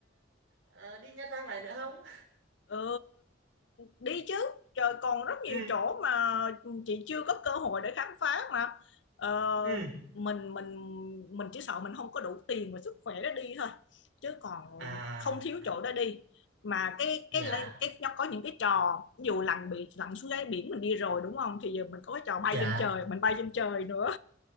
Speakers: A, on the right; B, on the left.
A: à, đi Nha Trang lại nữa không
B: Ờ, đi chứ trời còn rất nhiều
A: ừ
B: chỗ mà chị chưa có cơ hội để khám phá mà ờ,
A: ừ
B: mình mình mình chỉ sợ mình không có đủ tiền và sức khỏe để đi thôi chứ còn
A: à
B: không thiếu chỗ để đi mà cái
A: dạ
B: cái cái, cái nó có những cái trò ví dụ lặn biển lặn xuống đáy biển mình đi rồi đúng không thì giờ mình có cái trò bay
A: dạ
B: trên trời mình bay trên trời nữa